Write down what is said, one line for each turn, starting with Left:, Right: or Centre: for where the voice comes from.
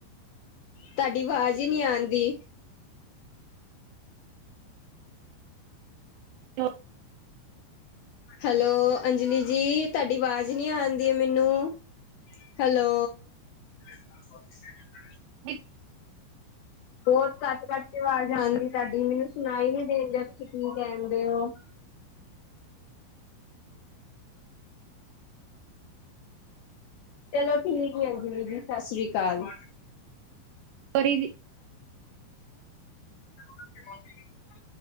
Left: ਤੁਹਾਡੀ ਆਵਾਜ਼ ਹੀ ਨਹੀਂ ਆਂਦੀ।
Right: ਕਿਉਂ
Left: ਹੈਲੋ, ਅੰਜਲੀ ਜੀ ਤੁਹਾਡੀ ਆਵਾਜ਼ ਨਹੀਂ ਆਂਦੀ ਮੈਨੂੰ। ਹੈਲੋ, <unintelligible>
Right: ਕਿ
Left: ਬਹੁਤ ਕੱਟ- ਕੱਟ ਕੇ ਆਵਾਜ਼ ਆਉਂਦੀ ਤੁਹਾਡੀ ਮੈਨੂੰ ਸੁਣਾਈ ਨੀ ਦੇਣ ਡਿਆ ਤੁਸੀਂ ਕੀ ਕਹਿੰਦੇ ਹੋ। ਚਲੋ ਠੀਕ ਆ ਅੰਜਲੀ ਜੀ ਸਤਿ ਸ੍ਰੀ ਅਕਾਲ।
Right: ਪਰੀ ਦੀ
Left: <unintelligible>